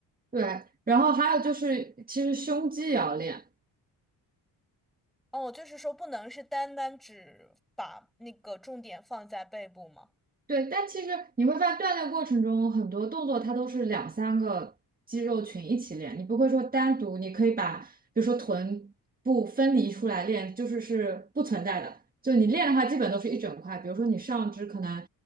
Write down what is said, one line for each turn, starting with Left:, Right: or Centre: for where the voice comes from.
Right: 对，然后还有就是其实胸肌也要练，
Centre: 哦，就是说不能是单单只把那个重点放在背部吗？
Right: 对，但其实你会发现锻炼过程中很多动作它都是两三个肌肉群一起练，你不会说单独，你可以把比如说臀部分离出来练，就是是不存在的。就你练的话，基本都是一整块，比如说你上肢可能